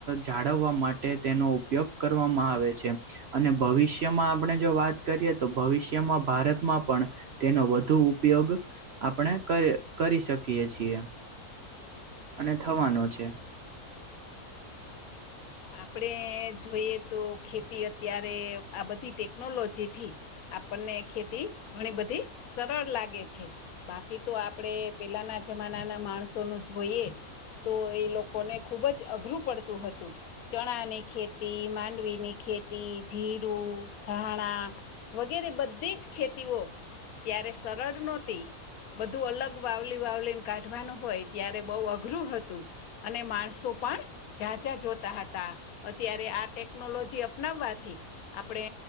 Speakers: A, on the right; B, on the left.
A: જાળવવા માટે તેનો ઉપયોગ કરવામાં આવે છે. અને ભવિષ્યમાં આપણે જો વાત કરીએ તો ભવિષ્યમાં ભારતમાં પણ તેનો વધુ ઉપયોગ આપણે કરી શકીએ છીએ. અને થવાનો છે.
B: આપણેે જોઈએ તો ખેતી અત્યારે આ બધી ટેકનોલોજી થી આપણને ખેતી ઘણી બધી સરળ લાગે છે. બાકી તો આપડે પેલાના જમાનાના માણસોનું જોઈએ તો એ લોકોને ખુબ જ અઘરું પડતું હતું ચણાની ખેતી માંડવીની ખેતી જીરું ધાણા વગેરે બધી જ ખેતીઓ ત્યારે સરળ નો હતી બધું અલગ વાવલી વાવલી ને કાઢવાનું હોય ત્યારે બહુ અઘરું હતું અને માણસો પણ ઝાઝા જોતા હતા હતા અત્યારે આ ટેકનોલોજી અપનાવાથી આપણે